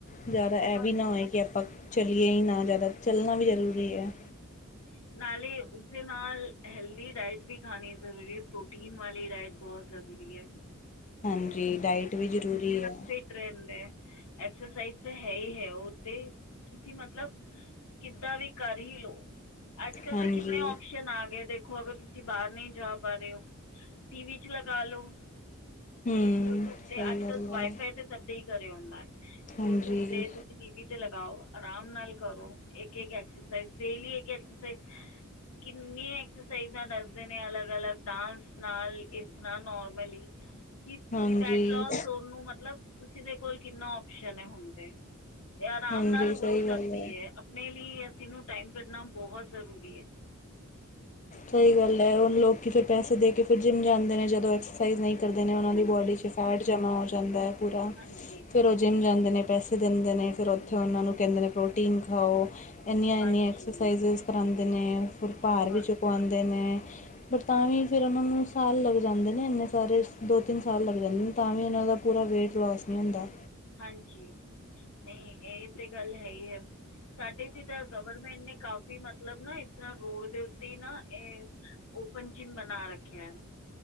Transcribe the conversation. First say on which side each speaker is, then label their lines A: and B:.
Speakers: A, on the left; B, on the left.
A: ਜ਼ਿਆਦਾ ਇਹ
B: ਹਾਂਜੀ
A: ਵੀ ਨਾ ਹੋਏ ਕਿ ਆਪਾਂ ਚੱਲੀਏ ਹੀ ਨਾ ਜ਼ਿਆਦਾ ਚੱਲਣਾ
B: ਹਮ,
A: ਵੀ ਜ਼ਰੂਰੀ ਹੈ।
B: <inaudible> ਨਾਲੇ ਉਸਦੇ ਨਾਲ ਹੈਲਦੀ ਡਾਇਟ ਵੀ ਖਾਣੀ ਜ਼ਰੂਰੀ ਪ੍ਰੋਟੀਨ ਵਾਲੀ ਡਾਇਟ ਬਹੁਤ ਜ਼ਰੂਰੀ ਹੈ।
A: ਹਾਂਜੀ ਡਾਇਟ ਵੀ ਜ਼ਰੂਰੀ ਹੈ
B: ਟਡ ਹੈ ਐਕਸਰਸਾਈਜ਼ ਤਾਂ ਹੈ ਹੀ ਹੈ ਉਹ ਤੇ ਤੁਸੀਂ ਮਤਲਬ ਕਿੱਦਾਂ ਵੀ ਕਰ ਹੀ ਲੋਓ ਅੱਜ ਕੱਲ
A: ਹਾਂਜੀ
B: ਤੇ ਕਿਨੇ ਓਪਸ਼ਨ ਆ ਗਏ ਦੇ ਖੋ ਅਗਰ ਤੁਸੀਂ ਬਾਹਰ ਨਹੀਂ ਜਾ ਪਾ ਰਹੇ ਹੋ ਟੀਵ ਚ ਲਗਾ ਲੋ
A: ਹਮ
B: ਯੂਟਿਊਬ ਤੇ
A: ਸਹੀ
B: ਅੱਜ
A: ਗੱਲ
B: ਕਲ ਵਾਈਫਾਈ
A: ਹੈ
B: ਤੇ ਸਭਦੇ ਹੀ ਘਰੇ ਹੁੰਦਾ
A: ਹਾਂਜੀ
B: ਯੂਟਿਊਬ ਤੇ ਟੀਵ ਤੇ ਲਗਾਓ ਆਰਾਮ ਨਾਲ ਕਰੋ ਇੱਕ ਐਕਸਰਸਾਈਜ਼ ਡੇਲੀ ਇੱਕ ਐਕਸਰਸਾਈਜ਼ ਕਿੰਨੀਆਂ ਐਕਸਰਸਾਈਜ਼ਾਂ ਦੱਸਦੇ ਨੇ ਅਲੱਗ ਅਲੱਗ ਡਾਂਸ ਨਾਲ ਇਸਰ ਨੋਰਮਲੀ <unintelligible> ਕਿ
A: ਹਾਂਜੀ
B: ਫੈਟ ਲੋਸਟ ਨੂੰ ਮਤਲਬ ਤੁਸੀਂ ਦੇ ਕੋਲ ਕਿੰਨਾ ਓ ਹੁੰਦੇ ਤੇ ਆਰਾਮ
A: ਹਾਂਜੀ
B: ਨਾਲ
A: ਸਹੀ
B: ਹੋ ਸਕਦੀ
A: ਗੱਲ
B: ਹੈ ਆਪਣੇ ਲਈ ਅਸੀਂਨ ਟਾਈਮ ਕਢਨਾ ਬਹੁਤ ਜ਼ਰੂਰੀ ਹੈ
A: ਸਹੀ ਗੱਲ ਹੈ ਹੁਣ ਲੋਕ ਫਿਰ ਪੈਸੇ ਦੇ ਕੇ ਫਿਰ ਜਿੰਮ ਜਾਂਦੇ ਨੇ ਜਦੋਂਕ ਉਹ
B: ਹਾਂਜੀ
A: ਦੀ ਬੋਡੀ ਚ ਫ਼ੇਟ ਜਾਂਦਾ ਪਿਰ
B: ਹਾਂਜੀ
A: ਜਿੰਮ ਜਾਂਦੇ ਨੇ ਪੈਸੇ ਦਿੰਦੇ ਨੇ ਫਿਰ ਉੱਥੇ
B: ਹੂੰ
A: ਉਹਨਾਂ ਨੂੰ ਕਹਿੰਦੇ ਨੇ ਪ੍ਰੋਟੀਨ ਖਾਓ ਇੰਨੀਆਂ ਇੰਨੀਆਂ
B: ਹਾਂਜੀ
A: ਐਕਸਰਸਾਈਜ਼ਿਸ ਕਰਵਾਉਂਦੇ ਨੇ ਫੁੱਲ ਭਾਰ
B: ਬਹੁਤ
A: ਵੀ ਚੁਕਵਾਉਂਦੇ ਨੇ ਬਟ ਤਾਂ ਵੀ ਫਿਰ ਉਹਨਾਂ ਨੂੰ ਸਾਲ ਲੱਗ ਜਾਂਦੇ ਨੇ ਇੰਨੇ ਸਾਰੇ ਦੋ ਤਿੰਨ ਸਾਲ ਲੱਗ ਜਾਂਦੇ ਨੇ ਤਾਂ ਵੀ ਉਹਨਾਂ ਦਾ ਪੂਰਾ ਵੇਟ ਲਸ ਨਹੀਂ ਹੁੰਦਾ
B: ਹਾਂਜੀ ਨਹੀਂ ਇਹ ਤੇ ਗੱਲ ਹੈ ਹੀ ਹੈ ਸਾਡੇ ਚ ਤਾਂ ਗਵਰਮੈਂਟ ਨੇ ਕਾਫੀ ਮਤਲਬ ਨਾ ਇਸ ਤਰ੍ਹਾਂ ਰੋਡ ਦੇ ਉੱਤੇ ਹੀ ਨਾ ਇਹ ਓਪਨ ਜਿਮ ਬਣਾ ਰੱਖਿਆ